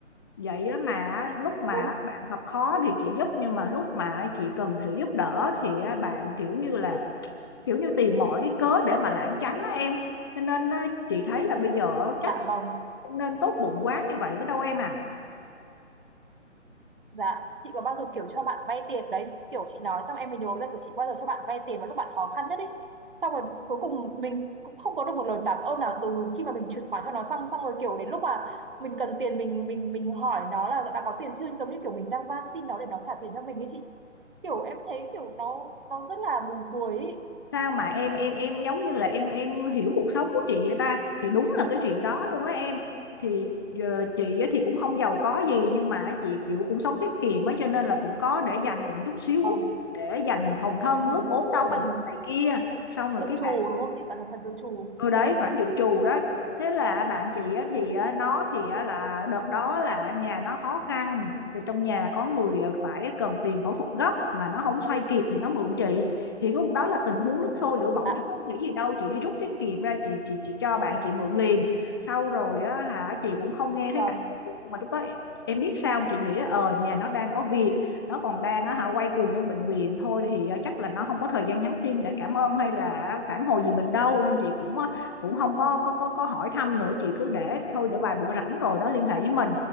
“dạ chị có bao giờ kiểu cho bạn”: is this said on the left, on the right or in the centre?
Right